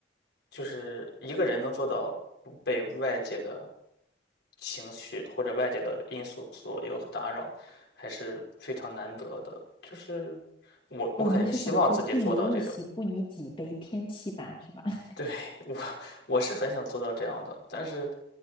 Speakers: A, on the left; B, on the left.
A: 就是一个人能做到不被外界的情绪或者外界的因素左右和打扰，还是非常难得的。就是我我肯定是希望自己做到这种。
B: 哦，你是想说不以物喜，不以己悲，天气版是吧？<laughs>
A: 对，我我是很想做到这样的，但是